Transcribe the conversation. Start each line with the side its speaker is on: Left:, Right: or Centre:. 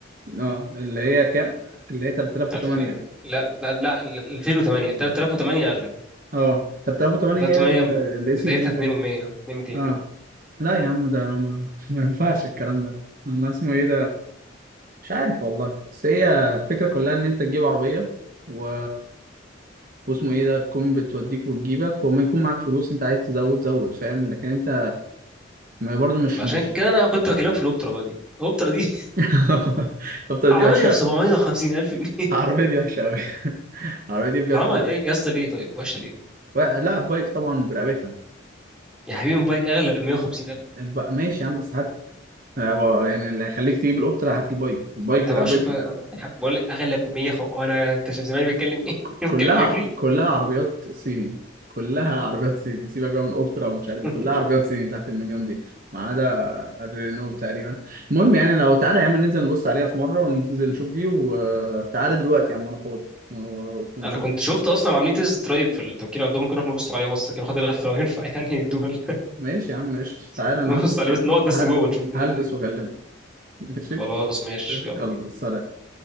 Right: اه اللي هي كام؟ اللي هي 3008
Centre: الف لا لا لا 2008 3008 اغلى
Right: اه 3008
Centre: ده
Right: هي
Centre: 8
Right: الاس
Centre: من- بدايتها
Right: يو في
Centre: 2
Right: تقريبا
Centre: و100 200
Right: اه
Centre: اه
Right: لا يا عم ده ما, ما ينفعش الكلام ده انا اسمه ايه مش عارف والله بس هي الفكرة كلها إن أنت تجيب عربية و... واسمه إيه ده تكون بتوديك وتجيبك وما يكون معاك فلوس أنت عايز تزود زود فاهم لكن أنت ما برضه مش
Centre: عشان
Right: مش
Centre: كده انا كنت بكلمك في الاوبترا بقى دي الاوبترا دي <laughs>
Right: <laughs> طب
Centre: عربيه
Right: دي وحشة
Centre: ب
Right: أوي
Centre: 750 الف جنيه
Right: العربية دي وحشة أوي <laughs> العربية دي بجد
Centre: حرام عليك يا اسطى ليه طيب وحشه ليه
Right: و- لا بايك طبعا برقبتها
Centre: يا حبيبي موبايلك اغلى ب 150 الف
Right: الب- ماشي يا عم بس هاتها آه، و- يعني اللي هيخليك تجيب القطة لا، هات البايك البايك
Centre: انت
Right: برقبتها
Centre: ما شوف يا حبيبي بقول لك اغلى ب 100 وانا انت شايف زمان بيتكلم ايه <laughs>
Right: كلها
Centre: بيتكلم عبري
Right: كلها عربيات صيني كلها عربيات صيني سيبك بقى من اوبترا ومش عارف ايه
Centre: <laughs>
Right: كلها عربيات صيني تحت المليون دي ما عدا الرينو تقريبا المهم يعني لو تعالى يا عم ننزل نبص عليها في مره وننزل نشوف دي وتعالى دلوقتي يا عم انا فاضي و- ونشوف
Centre: انا كنت شفت اصلا عاملين تيست درايف في التوكيل عندهم ممكن احنا نبص عليها بصه كده ناخد لفه لو ينفع يعني الدول
Right: ماشي يا عم ماشي
Centre: <laughs>
Right: تعالى انا
Centre: نبص
Right: هلبس
Centre: عليها
Right: كده
Centre: بس نقعد بس
Right: هل
Centre: جوه نشوف الدنيا
Right: هلبس
Centre: فيها إيه.
Right: واكلمك ماشي
Centre: خلاص ماشي يلا
Right: يلا
Centre: بينا
Right: سلام